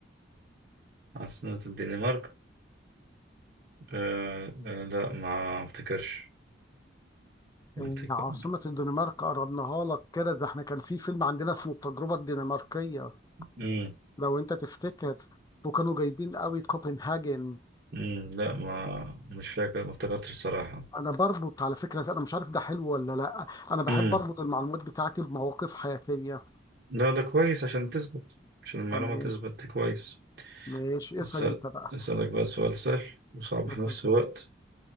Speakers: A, on the right; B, on the left.
A: عاصمه الدنمارك آه آه لا ما افتكرش ما
B: إيه
A: افتكر
B: عاصمه الدنمارك قربناها لك كده ده احنا كان في فيلم عندنا اسمه التجربه الدنماركيه
A: امم
B: لو انت تفتكر وكانوا جايبين قوي كوبنهاجن
A: امم لا ما مش فاكر ما افتكرتش الصراحه
B: انا بربط على فكره انا مش عارف ده حلو ولا لا انا بحب
A: امم
B: اربط المعلومات بتاعتي بمواقف حياتيه
A: لا ده كويس عشان تثبت عشان المعلومه
B: تمام
A: تثبت كويس
B: ماشي اسال
A: أسأل-
B: انت بقى
A: أسألك بقى سؤال سهل وصعب في
B: اسال
A: نفس الوقت